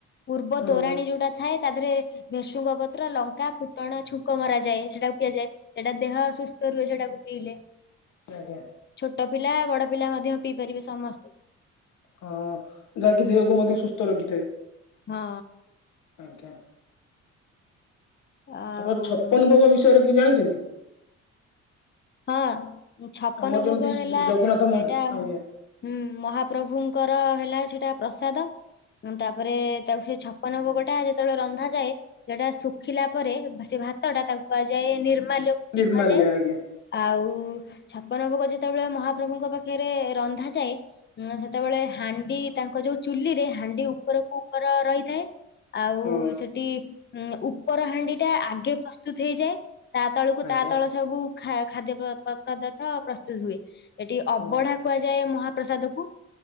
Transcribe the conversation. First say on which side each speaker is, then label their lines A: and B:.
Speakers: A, on the left; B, on the left.
A: ପୁର୍ବ
B: ହଁ
A: ତୋରାଣୀ ଯୋଉଟା ଥାଏ ତା ଦେହରେ ଭେସୁଙ୍ଗ ପତ୍ର, ଲଙ୍କା, ଫୁଟଣ ଛୁଙ୍କ ମରାଯାଏ। ସେଟାକୁୁ ପିଆଯାଏ। ସେଟା ଦେହ ସୁସ୍ଥ ରୁହେ। ସେଟା ପିଇଲେ।
B: ଆଜ୍ଞା।
A: ଛୋଟ ପିଲା ବଡ ପିଲା ମଧ୍ୟ ପିଇ ପାରିବେ ସମସ୍ତେ।
B: ହଁ ଯାହାକି ଦେହକୁ ମଧ୍ୟ ସୁସ୍ଥ ରଖିଥାଏ।
A: ହଁ
B: ଆଜ୍ଞା।
A: ଆଉ
B: ଆପଣ ଛପନ ଭୋଗ ବିଷୟରେ କି ଜାଣିଚନ୍ତି?
A: ହଁ ଛପନ
B: ଆମର ଯେମିତି
A: ଭୋଗ ହେଲା
B: ଜଗନ୍ନାଥ
A: ସେଇଟା
B: ମ
A: ହୁଁ,
B: ଆଜ୍ଞା
A: ମହାପ୍ରଭୁଙ୍କର ହେଲା ସେଟା ପ୍ରସାଦ। ତାପରେ ତାକୁ ସେ ଛପନ ଭୋଗଟା ଯେତେବେଳେ ରନ୍ଧାଯାଏ ଯେଟା ଶୁଖିଲା ପରେ ଭା-ସେ ଭା ଭାତ ଟା ତାକୁ କୁହାଯାଏ ନିର୍ମାଲ୍ୟ ବି
B: ନିର୍ମାଲ୍ୟ
A: କୁହାଯାଏ।
B: ଆଜ୍ଞା
A: ଆଉ ଛପନ ଭୋଗ ଯେତେବେଳେ ମହାପ୍ରଭୁଙ୍କ ପାଖରେ ରନ୍ଧାଯାଏ ଉଁ, ସେତେବେଳେ ହାଣ୍ଡି ତାଙ୍କ ଅ, ଯୋଉ ଚୁଲି ରେ ହାଣ୍ଡି ଉପରକୁ ଉପର ରହିଥାଏ। ଆଉ
B: ହଁ
A: ସେଠି ଉଁ, ଉପର ହାଣ୍ଡି ଟା ଆଗେ ପ୍ରସ୍ତୁତ ହେଇଯାଏ? ତା ତଳକୁ
B: ଆଜ୍ଞା।
A: ତା ତଳ ସବୁ ଖା-ଖାଦ୍ୟ ପ-ପ-ପଦାର୍ଥ ପ୍ରସ୍ତୁତ ହୁଏ। ଏଠି ଅବଢା
B: ହଁ
A: କୁହାଯାଏ ମହାପ୍ରସାଦ କୁ।